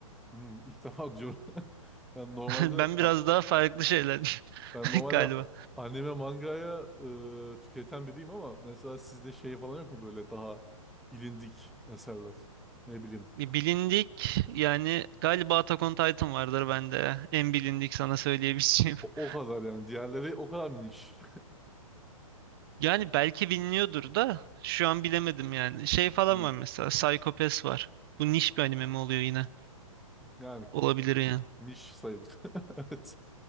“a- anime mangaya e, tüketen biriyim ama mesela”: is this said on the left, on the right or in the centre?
Centre